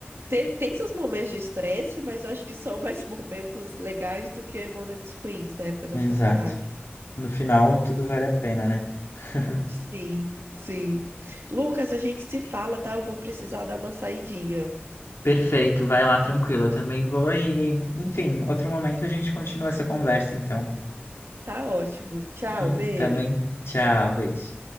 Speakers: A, on the right; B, on the left.
A: Tem, tem seus momentos de estresse, mas eu acho que são mais <laughs> momentos legais do que momentos ruins na época da
B: exato.
A: faculdade.
B: No final, tudo vale a pena, né? <laughs>
A: Sim, sim. Lucas, a gente se fala, tá? Eu vou precisar dar uma saidinha.
B: Perfeito, vai lá tranquila. Eu também vou e, enfim, outro momento a gente continua essa conversa, então.
A: Tá ótimo. Tchau,
B: <laughs>
A: beijo.
B: Tá bem? Tchau, beijo.